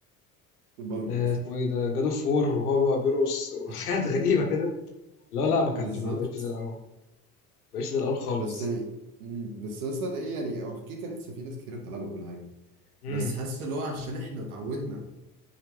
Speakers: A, on the right; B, on the left.
A: باربي
B: ال-
A: مثلا
B: اسمه ايه ده جاد اوف وور وهو بقى بيرقص <laughs>
A: <laughs>
B: وحاجات غريبة كده لا لا ما
A: بالظبط
B: كانتش ما بقتش زي الأول ما بقتش زي الأول خالص
A: بس يعني مم. بس مثلا ايه يعني هو في كيكه لسه في ناس كتير بتلعبها وكل حاجه
B: امم
A: بس حاسس اللي هو عشان احنا اتعودنا